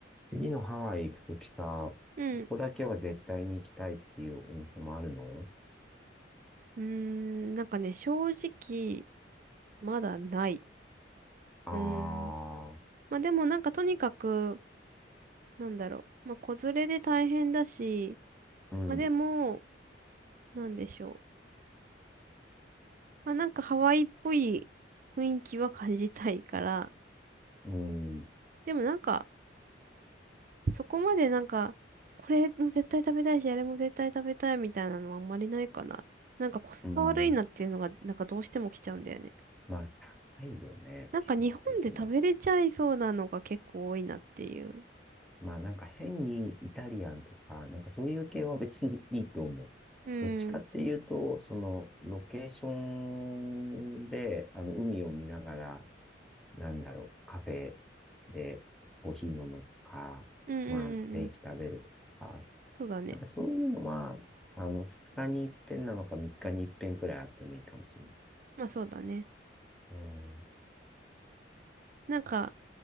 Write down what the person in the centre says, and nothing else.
次のハワイ行くときさ、こ
こだけは絶対に行きたいっていうお店もあるの
ああー、
うん、
うん、
うん。
まあ、高いよね、
基本的に。まあ、なんか変にイタリアンとか、なんかそういう系は別にいいと思う。
どっちかっていうと、
その、ロケーションで、あの、海を見ながら、なんだろう、カフェでコーヒー飲むとか、
まあ、ステーキ食べるとか、
なんかそういうのは、あの、二日に一遍なのか三日に一遍くらいあってもいいかもしれない。
うん。